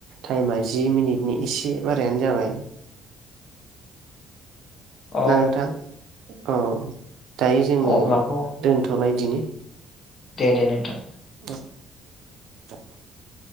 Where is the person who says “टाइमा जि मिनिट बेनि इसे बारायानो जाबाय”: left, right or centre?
Right